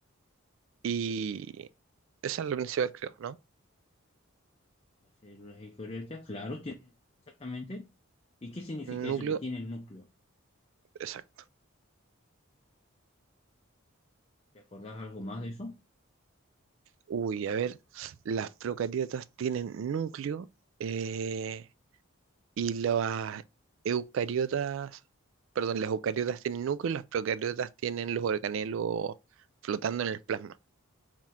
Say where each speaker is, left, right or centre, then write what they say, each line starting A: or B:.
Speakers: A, on the right; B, on the left.
A: y esa es la principal, creo, ¿no?
B: Las células eucariotas, claro, tienen exactamente. ¿Y qué significa eso
A: Núcleo.
B: que tiene el núcleo?
A: Exacto.
B: ¿Te acordás algo más de eso?
A: Uy, a ver, las procariotas tienen núcleo eh, y las eucariotas, perdón, las eucariotas tienen núcleo y las procariotas tienen los organelos flotando en el plasma.